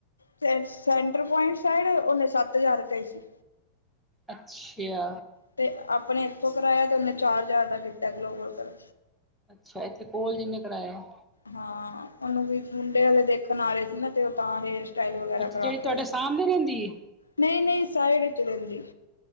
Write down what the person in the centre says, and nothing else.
ਅੱਛਿਆ
ਅੱਛਾ, ਇੱਥੇ ਕੋਲ ਜਿੰਨੇ ਕਰਾਇਆ?
ਅੱਛਾ
ਜਿਹੜੀ ਤੁਹਾਡੇ
ਸਾਹਮਣੇ ਰਹਿੰਦੀ ਏ